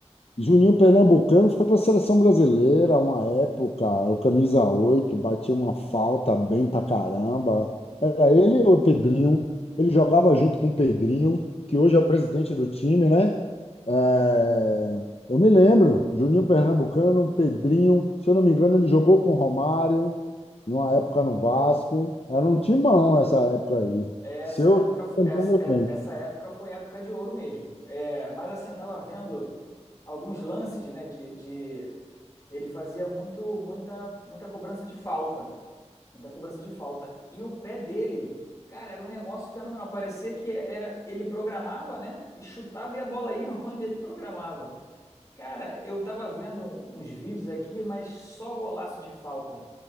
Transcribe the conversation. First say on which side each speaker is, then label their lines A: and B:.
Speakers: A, on the left; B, on the left.
A: Juninho Pernambucano foi para a seleção brasileira uma época, o camisa 8, batia uma falta bem pra caramba. Era ele ou o Pedrinho? Ele jogava junto com o Pedrinho, que hoje é o presidente do time, né? É, Eu me lembro, Juninho Pernambucano, Pedrinho, se eu não me engano, ele jogou com o Romário, numa época no Vasco. Era um timão essa época aí.
B: É,
A: Se
B: Essa
A: eu
B: época, f-
A: tô lembrando
B: essa, é-
A: bem.
B: essa época foi época de ouro mesmo. É, mas assim, eu tava vendo alguns lances, né, de, de ele fazia muito, muita, muita cobrança de falta, muita cobrança de falta. E o pé dele, cara, era um negócio fenomenal. Parecia que era, ele programava, né? E chutava e a bola ia <laughs> onde ele programava. Cara, eu tava vendo um- uns vídeos aqui, mas só golaço de falta.